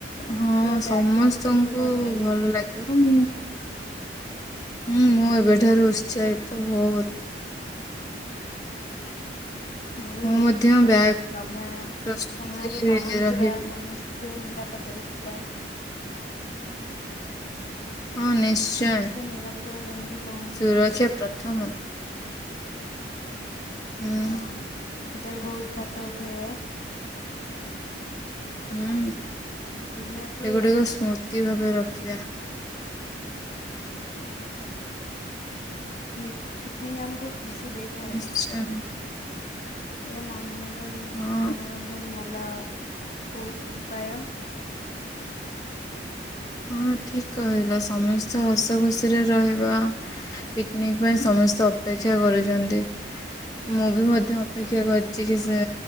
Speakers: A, on the left; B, on the left.
A: ମୁଁ
B: ହଁ,
A: ତ ବ୍ୟାଗ୍
B: ସମସ୍ତଙ୍କୁ
A: ପ୍ରସ୍ତୁତି କରିଦେବି।
B: ଭଲ ଲାଗିବ। ମୁଁ ହୁଁ, ମୁଁ ଏବେଠାରୁ ଉତ୍ସାହିତ
A: ହୁଁ
B: ବହୁତ।
A: ମୁଁ ବି ବହୁତ
B: ମଧ୍ୟ
A: ଉତ୍ସାହିତ।
B: ବ୍ୟାଗ୍
A: ସମୟ
B: ପ୍ରସ୍ତୁତି
A: ସମୟରେ ପହଞ୍ଚିବା
B: ରହିବି
A: ସମସ୍ତେ। ଟେ ନିରାପଦରେ ଯିବା
B: ହଁ ନିଶ୍ଚୟ,
A: ସମସ୍ତେ ନିରାପଦରେ ଯାଇକି ପହଞ୍ଚିବା
B: ସୁରକ୍ଷା ପ୍ରଥମ। ହୁଁ
A: ହଁ, ସେଠାରେ ବହୁତ ଫଟୋ ଉଠେଇଆ।
B: ହୁଁ,
A: ଦିନଟି
B: ସେଗୁଡିକ ସ୍ମୃତି ଭାବେ ରଖିବା।
A: ପିକ ପିକନିକ ଆମକୁ ଖୁସି ଦେଇଥାଏ।
B: ନିଶ୍ଚୟ।
A: ଏହା ମନୋରଞ୍ଜନ,
B: ହଁ
A: ମନୋରଞ୍ଜନ ଭଲ ଉ ପାୟ।
B: ହଁ ଠିକ କହିଲ। ସମସ୍ତେ ହସ ଖୁସିରେ ରହିବା। ପିକନିକ ପାଇଁ ସମସ୍ତେ ଅପେକ୍ଷା କରୁଛନ୍ତି। ମୁଁ ବି ମଧ୍ୟ ଅପେକ୍ଷା କରିଛି କି ସେ